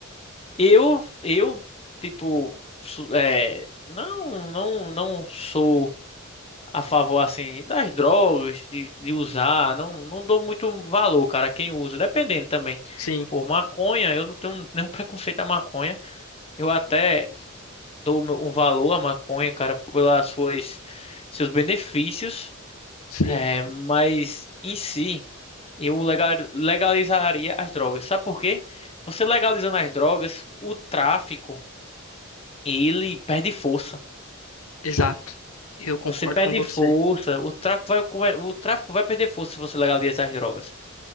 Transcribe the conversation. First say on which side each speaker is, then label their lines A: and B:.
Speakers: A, on the left (about 30°); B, on the left (about 85°).
A: eu, eu, tipo, su- é, não, não, não sou a favor, assim, das drogas, de, de usar. Não, não dou muito valor, cara, quem usa. Dependendo também.
B: sim,
A: Por maconha, eu não tenho nenhum <laughs> preconceito à maconha. Eu até dou meu- um valor à maconha, cara, pelas suas, seus benefícios.
B: sim,
A: É, mas em si, eu legal, legalizaria as drogas. Sabe por quê? Você legalizando as drogas, o tráfico, ele perde força.
B: exato. Eu concordo
A: Você perde
B: com você.
A: força, o tráfico vai, o tráfico vai perder força se você legalizar as drogas.